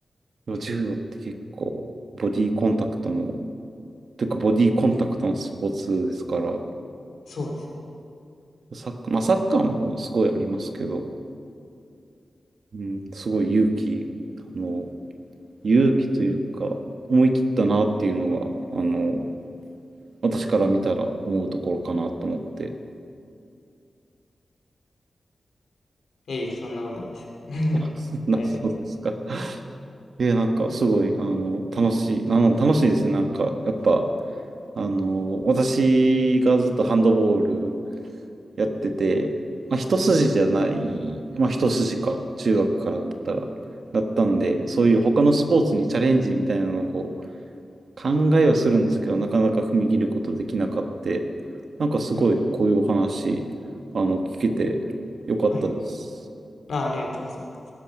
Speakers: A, on the right; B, on the left.
A: でも柔道って結構ボディーコンタクトも、というかボディーコンタクトのスポーツですから、
B: そうですね。
A: サッカー、まあサッカーもすごいありますけど、うん、すごい勇気、あの、勇気というか、思い切ったなっていうのが、あの、私から見たら思うところかなと思って。
B: いえいえ、そんなことないです。<laughs> あり
A: <laughs> そんな、そうですか。
B: がとうございま
A: え、なんか、すごい、あの、楽しい。あの、楽しいですね。なんか、やっぱ、あの、私がずっとハンドボールやってて、まあ、一筋じゃない、まあ、一筋か、中学からだったら、だったんで、そういう他のスポーツにチャレンジみたいなのをこう考えはするんですけど、なかなか踏み切ることできなかって、なんかすごい、
B: す。はい、
A: こういうお話、あの、聞けてよかったです。
B: はい、あ、ありがとうございます。